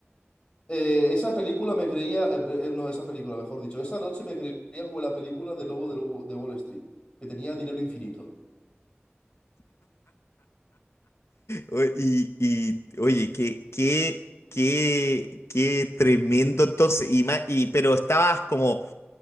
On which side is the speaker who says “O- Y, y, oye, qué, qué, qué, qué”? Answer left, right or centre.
Left